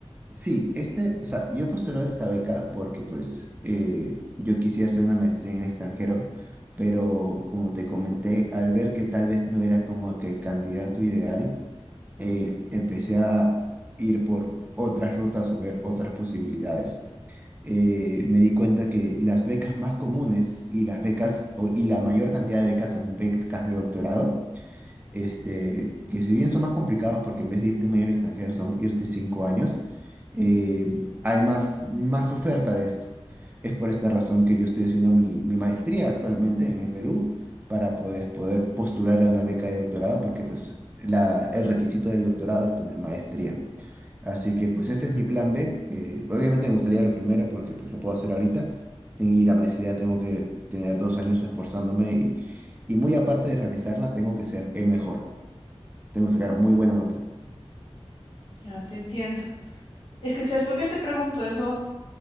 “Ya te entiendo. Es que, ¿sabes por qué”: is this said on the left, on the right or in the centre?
Left